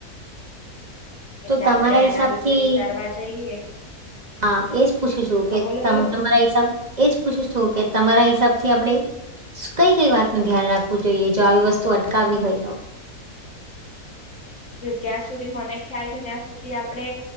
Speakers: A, on the left; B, on the right.
A: એટલે
B: તો તમારા
A: આપડે
B: હિસાબ
A: એના વિશે
B: થી
A: વિચારવા જઈએ.
B: હા એજ પૂછું છું
A: હા
B: કે
A: બોલો
B: તમારા
A: બોલો
B: હિસાબ એજ પૂછું છું કે તમારા હિસાબ થી આપણે કઈ કઈ વાત નું ધ્યાન રાખવું જોઈએ જો આવી વસ્તુ અટકાવવી હોય તો
A: <inaudible> જ્યાં સુધી મને ખ્યાલ છે ત્યાં સુધી આપડે